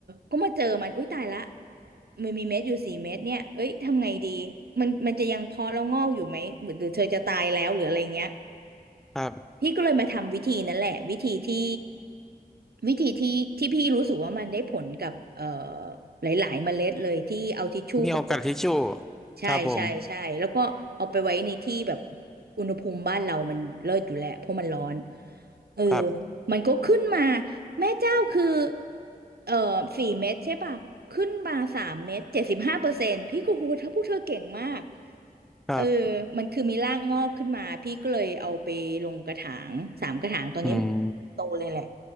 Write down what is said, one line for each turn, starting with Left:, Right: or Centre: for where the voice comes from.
Right: ก็มาเจอมันอุ้ยตายละมันมีเม็ดอยู่สี่เม็ดเนี่ยเอ้ยทำไงดีมันมันจะยังเพาะแล้วงอกอยู่ไหมหรือหรือเธอจะตายแล้วหรืออะไรเงี้ย
Centre: ครับ
Right: พี่ก็เลยมาทำวิธีนั้นแหละวิธีที่วิธีที่ที่พี่รู้สึกว่ามันได้ผลกับเอ่อหลายๆเมล็ดเลยที่เอาทิชชู่ประกบ
Centre: มีเอากระดาษทิชชู่
Right: ใช่ใช่ใช่แล้วก็เอาไปไว้ในที่แบบ
Centre: ครับผม
Right: อุณหภูมิบ้านเรามันเลิศอยู่แหละเพราะมันร้อน เออ
Centre: ครับ
Right: มันก็ขึ้นมาแม่เจ้าคือเออสี่เม็ดใช่ป่ะขึ้นมาสามเม็ดเจ็ดสิบห้าเปอร์เซ็นต์พี่ก็หูเธอพวกเธอเก่งมาก
Centre: ครับ
Right: เออมันคือมีรากงอกขึ้นมาพี่ก็เลยเอาไปลงกระถางสามกระถางตอนนี้มันโตเลยแหละ
Centre: อืม